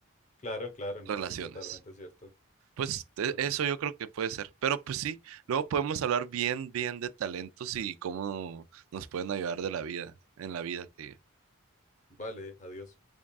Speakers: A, on the left; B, on the right.
A: Claro, claro, no,
B: relaciones.
A: eso es totalmente cierto.
B: Pues e-
A: Oye,
B: eso yo creo que puede ser. Pero pues sí, luego podemos hablar bien, bien de talentos y cómo nos pueden ayudar de la vida, en la vida que
A: vale, adiós.